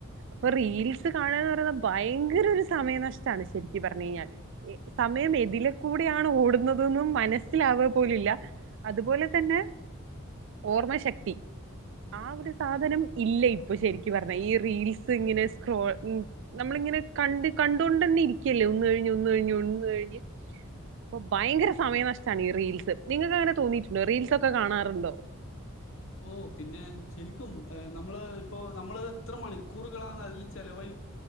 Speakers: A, on the right; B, on the left.
A: അപ്പൊ റീൽസ് കാണുകന്ന് പറയ ഭയങ്കര ഒരു സമയ നഷ്ടമാണ് ശരിക്ക പറഞ്ഞു കഴിഞ്ഞാൽ സമയം എതിലെക്കൂടെയാണ് ഓടുന്നതും മനസ്സിലാവുക പോലില്ല അതുപോലെ തന്നെ ഓർമ്മ ശക്തി ആ ഒരു ഒരു സാധനം ഇല്ല ഇപ്പൊ ശരിക്ക പറഞ്ഞാ ഈ റീൽസ് ഇങ്ങനെക്രോ നമ്മള ഇങ്ങനെ കണ്ട് കണ്ടുകൊണ്ട് തന്നെ ഇരിക്കല്ലേ ഒന്നുകഴിഞ്ഞ് ഒന്ന കഴിഞ്ഞ് ഒന്ന കഴിഞ്ഞ് അപ്പൊ ഭയങ്കര സമയനഷ്ടമാണ് ഈ റീൽസ് നിങ്ങക്ക് അങ്ങനെ തോന്നിയിട്ടുണ്ടോ റീൽസ് ഒക്കെ കാണാറുണ്ടോ
B: ഓ പിന്നെ ശരിക്കും നമ്മള് ഇപ്പോ നമ്മൾ എത്ര മണിക്കൂറുകളാ അതിൽ ചെലവഴി